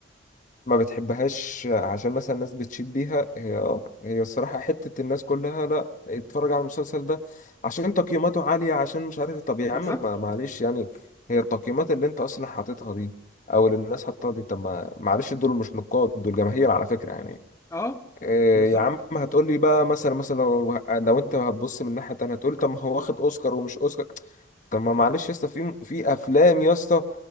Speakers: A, on the left; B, on the left.
A: ما بتحبهاش عشان مثلا الناس بتشيد بيها هي اه هي الصراحة حتة الناس كلها لا اتفرج على المسلسل ده عشان تقييماته عالية عشان مش عارف طب يا
B: بالظبط
A: عم ما- معلش يعني هي التقييمات اللي انت اصلا حاططها دي او اللي الناس حاططها دي طب ما معلش دول مش نقاد دول جماهير على فكرة يعني
B: اه
A: إيه
B: بالظبط
A: يا عم هتقول لي بقى مثلا مثلا لو لو انت هتبص من ناحية تانية هتقول لي طب ما هو واخد اوسكار ومش اوسكار طب ما معلش يا اسطى في في افلام يا اسطى